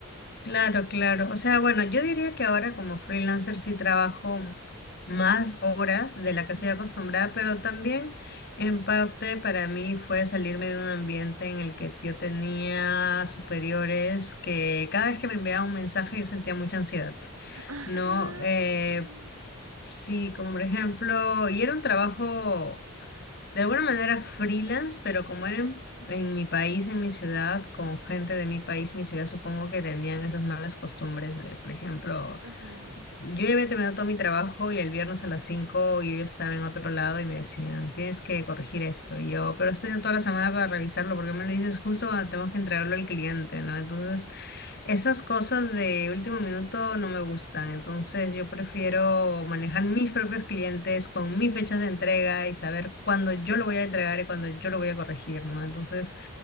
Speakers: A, on the left; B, on the right.
A: Claro, claro. O sea, bueno, yo diría que ahora como freelancer sí trabajo más horas de la que
B: Ujú.
A: soy acostumbrada, pero también en parte para mí fue salirme de un ambiente en el que yo tenía superiores que cada vez que me enviaban un mensaje yo sentía mucha ansiedad,
B: Ajá,
A: ¿no? Eh,
B: sí.
A: sí, como por ejemplo, y era un trabajo... De alguna manera freelance, pero como era en, en mi país, en mi ciudad, con gente de mi país, mi ciudad, supongo que tenían esas malas costumbres de, por ejemplo,
B: Ujú,
A: yo ya había terminado todo mi trabajo y el viernes a las 5 yo ya estaba en otro lado y me decían, tienes que corregir esto. Y yo, pero estoy toda la semana para revisarlo, porque me lo dices justo cuando tenemos que entregarlo al cliente, ¿no? Entonces, esas cosas de último minuto no me gustan, entonces yo prefiero manejar mis propios clientes con mis fechas de entrega y saber cuándo yo lo voy a entregar y cuándo yo lo voy a corregir, ¿no? Entonces,